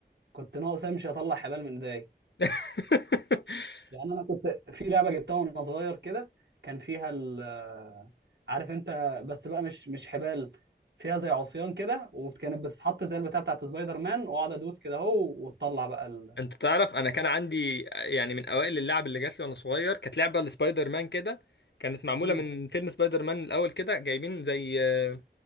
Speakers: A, on the right; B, on the left.
A: كنت ناقص امشي اطلع حبال من ايديا
B: <laughs>
A: لان انا كنت في لعبه جبتها وانا صغير كده كان فيها ال عارف انت بس بقى مش مش حبال فيها زي عصيان كده وكانت بتتحط زي البتاع بتاعت سبايدر مان واقعد ادوس كده اهو وتطلع بقى ال
B: انت تعرف انا كان عندي يعني من اوائل اللعب اللي جات لي وانا صغير كانت لعبه لسبايدر مان كده كانت معموله
A: مم.
B: من فيلم سبايدر مان الاول كده جايبين زي آه،